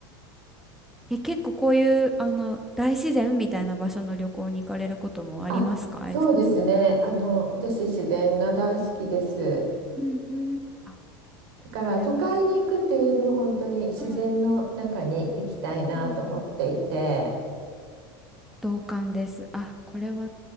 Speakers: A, in the centre; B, on the right (about 70°).
A: え、結構こういう、あの、大自然みたいな場所の旅行に行かれることもありますか悦子さん。
B: あ、そうですね。あの、私自然が大好きです。
A: うんうん。あ、
B: だから都会に行くっていうよりも本当に自然の中に行きたいなと思っていて。
A: これは、うんうん同感です。あ、これは